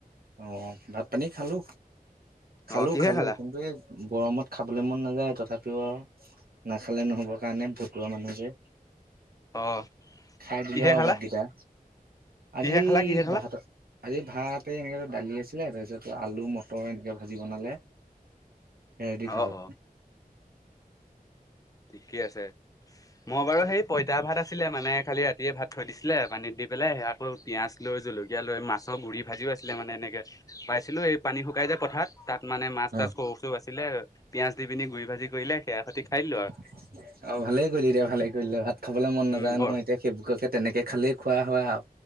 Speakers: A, on the right; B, on the left.
A: অঁহ ভাত পানী খালো। খালো
B: অ', কিহে
A: খালো
B: খালা?
A: কিন্তু এই গৰমত খাবলৈ মন নাযায় তথাপি। পিও নাখালে নহব কাৰণে ভতুৱা মানুহ যে
B: অ',
A: খাই দিলো
B: কিহে
A: আৰু
B: খালা?
A: ভাতকেইটা আজি
B: কিহে খালা কিহে খালা?
A: ভাত আজি ভাত এই এনেকো দালি আছিলে তাৰপিছত আলু মটৰ এনেকে ভাজি বনালে। হে দি খালো
B: অ', ঠিকেই আছে। মই বাৰু সেই পইতা ভাত আছিলে মানে কালি ৰাতিয়ে ভাত থৈ দিছিলে পানীত দি পেলাই আকৌ পিয়াজ লৈ জলকীয়া লৈ মাছৰ গুৰি ভাজিও আছিলে মানে এনেকে পাইছিলো এই পানী শুকাই যায় পথাৰত তাত মানে মাছ
A: অ
B: তাছ কচো আছে পিয়াজ দি পিনি গুৰি ভাজি কৰিলে সেয়া সতি খাই
A: অঁ
B: দিলো আৰু
A: ভালে কৰিলি দে ভালে কৰিলি ভাত খাবলে মন
B: উম
A: নাযায়
B: গ
A: নহয় এতিয়া সেইবোৰকে তেনেকে খালেই। খোৱা শুৱা।